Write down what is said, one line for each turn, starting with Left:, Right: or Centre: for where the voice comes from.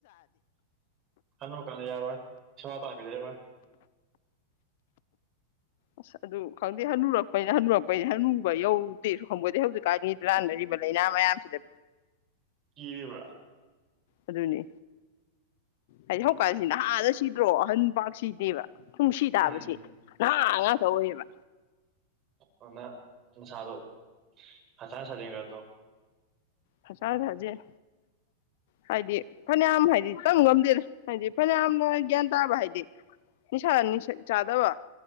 Right: ꯍꯅꯨꯔꯀꯥꯟ ꯌꯥꯔꯣꯏ ꯁꯦꯕ ꯇꯧꯅꯃꯤꯂꯩꯔꫭꯏ
Left: ꯑꯁ ꯑꯗꯨ ꯈꯪꯗꯦ ꯍꯟꯅꯨꯔꯛꯄꯩꯅ ꯍꯟꯅꯨꯔꯛꯄꯩꯅꯤ ꯍꯟꯅꯨꯕ ꯌꯧꯗꯦꯁꯨ ꯈꯪꯄꫭꯇꯦ ꯍꯧꯖꯤꯛꯀꯥꯟꯒꯤ ꯅꯥꯅꯔꯤꯕ ꯂꯩꯅꯥ ꯃꯌꯥꯝꯁꯤꯗ
Right: ꯀꯤꯔꯤꯕ꯭ꯔ
Left: ꯑꯗꯨꯅꯤ ꯍꯥꯏꯗꯤꯍꯧ ꯀꯥꯟꯁꯤ ꯅꯍꯥꯅ ꯁꯤꯗ꯭ꯔꯣ ꯑꯍꯟ ꯄꯥꯛꯁꯤꯗꯦꯕ ꯈꯨꯡꯁꯤ ꯇꯥꯕꯁꯤ
Right: ꯎꯝ
Left: ꯅꯍꯥꯉꯥꯛꯇ ꯑꯣꯏꯌꯦꯕ
Right: ꯑꯗꯨꯅ ꯅꯁꯥꯗꫭ ꯍꯛꯆꯥꯡ ꯁꯥꯖꯦꯜ ꯈꯔ ꯇꯧ
Left: ꯍꯥꯛꯆꯥꯡꯁꯥꯖꯦꯜ ꯍꯥꯏꯗꯤ ꯐꯅꯌꯥꯝ ꯍꯥꯏꯗꯤ ꯇꯝ ꯉꯝꯗꯦꯗ ꯍꯥꯏꯗꯤ ꯐꯅꯌꯥꯝꯅ ꯒ꯭ꯌꯥꯟ ꯇꯥꯕ ꯍꯥꯏꯗꯤ ꯅꯤꯁꯥ ꯅꯤꯁꯥ ꯆꯥꯗꯕꯇ